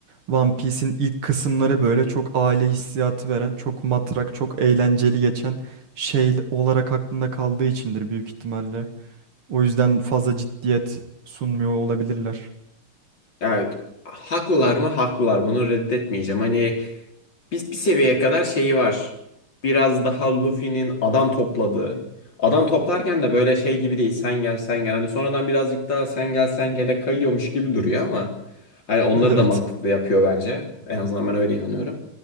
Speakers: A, on the right; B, on the left.
A: One Piece'in ilk kısımları böyle çok aile hissiyatı veren, çok matrak, çok eğlenceli geçen şey olarak aklında kaldığı içindir büyük ihtimalle. O yüzden fazla ciddiyet sunmuyor olabilirler.
B: Evet. Haklılar mı? Haklılar. Bunu reddetmeyeceğim. Hani biz bir seviyeye kadar şeyi var. Biraz daha Luffy'nin adam topladığı. Adam toplarken de böyle şey gibi değil. Sen gel sen gel. Hani sonradan birazcık daha sen gel sen gele kayıyormuş gibi duruyor ama hani onları
A: <laughs>
B: da mantıklı
A: Evet.
B: yapıyor bence. En azından ben öyle inanıyorum.